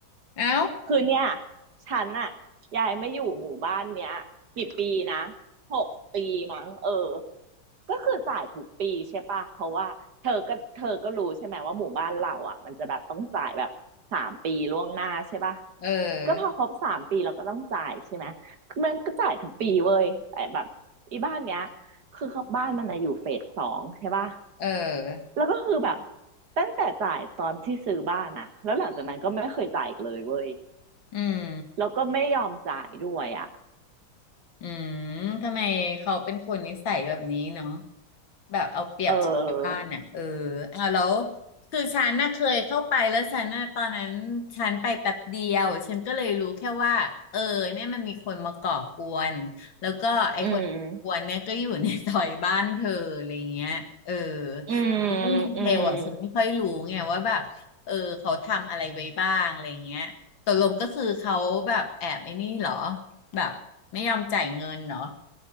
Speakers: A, on the left; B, on the right.
A: เอ้า
B: คือเนี่ยฉันอะยายไม่อยู่หมู่บ้านเนี้ยกี่ปีนะหกปีมั้งเออก็คือจ่ายทุกปีใช่ปะเพราะว่าเธอก็เธอก็รู้ใช่ไหมว่าหมู่บ้านเราอะมันจะแบบต้องจ่ายแบบสามปีล่วงหน้าใช่ปะ
A: เออ
B: ก็พอครบสามปีเราก็ต้องจ่ายใช่ไหมมันก็จ่ายทุกปีเว้ยแต่แบบอีบ้านเนี้ยคือเขาบ้านมันอะอยู่เฟสสองใช่ปะ
A: เออ
B: แล้วก็คือแบบตั้งแต่จ่ายตอนที่ซื้อบ้านอะแล้วหลังจากนั้นก็ไม่เคยจ่ายอีกเลยเว้ย
A: อืม
B: แล้วก็ไม่ยอมจ่ายด้วยอ่ะ
A: อืมทำไมเขาเป็นคนนิสัยแบบนี้เนาะแบบเอาเปรียบชาวบ้านอ่ะเออเอาแล้ว
B: เออ
A: คือฉันน่ะเคยเข้าไปแล้วฉันน่ะตอนนั้นฉันไปแป๊บเดียวฉันก็เลยรู้แค่ว่าเออเนี่ยมันมีคนมาก่อกวนแล้วก็ไอ้คนกวนเนี่ยก็อยู่ในซอยบ้านเธออะไรเงี้ยเออ
B: อืม อืม
A: เรื่องดีเทลอ่ะฉันไม่ค่อยรู้ไงว่าแบบเออเขาทำอะไรไว้บ้างอะไรเงี้ยตกลงก็คือเขาแบบแอบไอ้นี่เหรอ
B: อืม
A: แบบไม่ยอมจ่ายเงินเนาะ